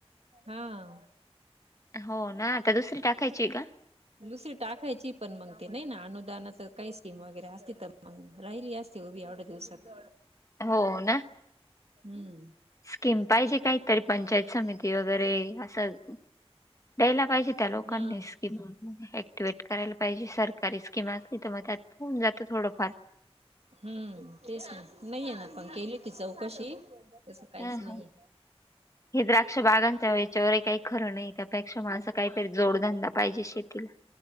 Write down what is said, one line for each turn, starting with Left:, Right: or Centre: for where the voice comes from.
Right: हां.
Left: हो ना आता दुसरी टाकायचीय का?
Right: दुसरी टाकायची पण मग ते नाही ना अनुदानाच काही स्कीम वगैरे असती तर मग राहिली असते उभी एवढ्या दिवसात
Left: हो ना
Right: हम्म.
Left: स्कीम पाहिजे काहीतरी पंचायत समिती वगैरे असं द्यायला पाहिजे त्या लोकांनी
Right: हा
Left: स्कीम <unintelligible> ट्विट करायला पाहिजे सरकारी <inaudible> थोडंफार.
Right: हम्म तेच ना नाहीये ना पण केली होती चौकशी. तसं काहीच
Left: हा
Right: नाहीये.
Left: हा हे द्राक्ष बागांच्या <unintelligible> खरं नाही त्यापेक्षा म अस काहीतरी जोडधंदा पाहिजे शेतीला.